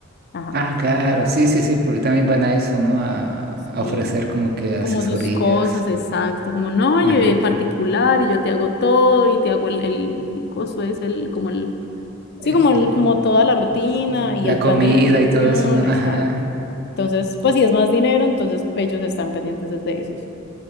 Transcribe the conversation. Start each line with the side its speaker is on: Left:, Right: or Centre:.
Left: ajá,
Right: Ah, claro, sí, sí, sí, porque también van a eso, ¿no? A, a
Left: sí,
Right: ofrecer como que asesorías,
Left: como sus cosas, exacto, como no,
Right: ajá,
Left: yo eh, particular y yo te hago todo y te hago el, el, el coso es el, como el
Right: eh,
Left: Sí, como, el-
Right: el-
Left: como toda la rutina
Right: este,
Left: y
Right: la
Left: el
Right: comida
Left: plan de alimentación,
Right: y todo eso, ¿no? Ajá,
Left: exacto. Entonces, pues si es más dinero, entonces ellos están pendientes desde esos.